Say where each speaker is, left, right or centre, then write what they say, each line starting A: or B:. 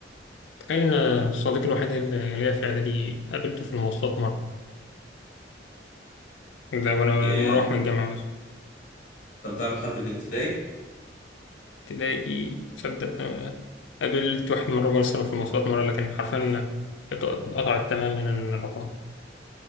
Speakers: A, on the left (about 80°); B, on the left (about 45°).
A: تخيل إن صديقي الوحيد اللي ليا في إعدادي قابلته في المواصلات مرة ده وانا
B: ياه
A: مروح من الجامعة بس
B: طب تعرف حد من ابتدائي؟
A: تلاقي تصدق آه، قابلت واحد مرة برسله في المواصلات مرة لكن حرفيا ات- اتقطعت تماما العلاقة